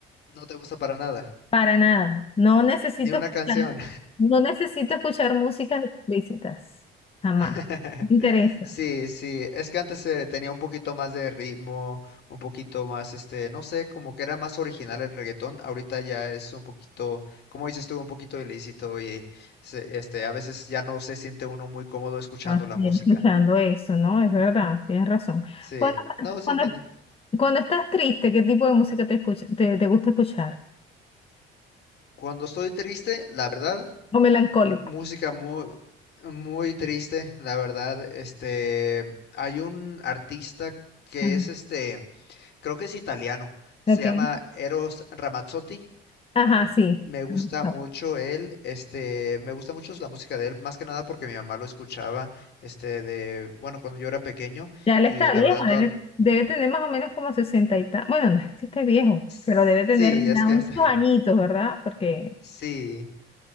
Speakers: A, on the left; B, on the left.
A: no te gusta para nada,
B: Para nada. No necesito
A: ni una
B: escuchar,
A: canción.
B: no necesito escuchar músicas explícitas. Jamás.
A: <laughs>
B: No Me interesa.
A: Sí, sí, es que antes eh, tenía un poquito más de ritmo, un poquito más, este, no sé, como que era más original el reggaetón, ahorita ya es un poquito, como dices tú, un poquito ilícito y se- este, a veces ya no se siente uno muy cómodo escuchando
B: Ah,
A: la
B: sí,
A: música.
B: escuchando eso, ¿no? Es verdad, tienes razón.
A: Sí,
B: Cuando,
A: no,
B: cuando-
A: sí entiendo.
B: cuando estás triste, ¿qué tipo de música te escucha, te, te gusta escuchar?
A: Cuando estoy triste, la verdad,
B: O melancólico.
A: música muy, muy triste, la verdad, este, hay un artista que
B: Ajá.
A: es este creo que es italiano. Se
B: Ok.
A: llama Eros Ramazzotti.
B: Ajá, sí.
A: Me gusta
B: No.
A: mucho él, este, me gusta mucho la música de él, más que nada porque mi mamá lo escuchaba, este, de, bueno, cuando yo era pequeño
B: Ya él
A: y
B: está
A: la
B: viejo,
A: verdad toda,
B: debe, debe tener más o menos como 60 y tal. Bueno, no es que esté viejo,
A: sí,
B: pero debe tener ya
A: es que
B: unos
A: hasta, <laughs>
B: añitos, ¿verdad? Porque,
A: sí.